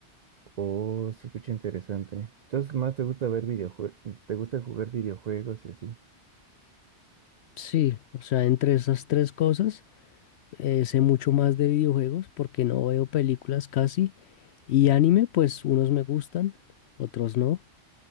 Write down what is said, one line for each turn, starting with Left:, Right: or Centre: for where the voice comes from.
Right: Oh, se escucha interesante. Entonces, más te gusta ver videojuegos, te gusta jugar videojuegos y así.
Left: Sí, o sea, entre esas tres cosas, eh, sé mucho más de videojuegos porque no veo películas casi y anime, pues unos me gustan, otros no.